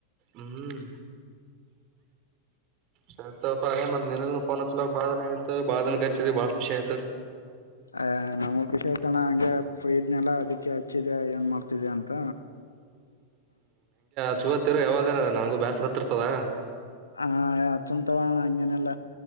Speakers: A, on the right (about 40°); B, on the left (about 75°).
A: ಹ್ಮ್ ಸರಿ ತೊಪ ನಿನಗನೂ ಪೋನ ಅಚ್ಚಲಾರ ಬಾಳದಿನ ಆಗಿತ್ತು ಬಾಳದಿನ ಅಚ್ಚಿದಿ ಬಾಳಖುಷಿ ಆಯತ್
B: ಅ ನಮಗ ಖುಷಿ ಆಯ್ತಣ ಹಂಗೆ ಫ್ರೀ ಇದ್ನೆಲ್ಲ ಅದಕ್ಕೆ ಹಚ್ಚಿದೆ ಏನ್ ಮಾಡ್ತಿದೆ ಅಂತ
A: ಆಚಾಗೋಂತಾಇರು ಯಾವಾಗಾರ ನಂಗೂ ಬ್ಯಾಸರ ಅತಿರತದ
B: ಹಾ ಹ ಅಚ್ಚುಮ ತೋ ಅಣ್ಣ ಅಂಗನಿಲ್ಲ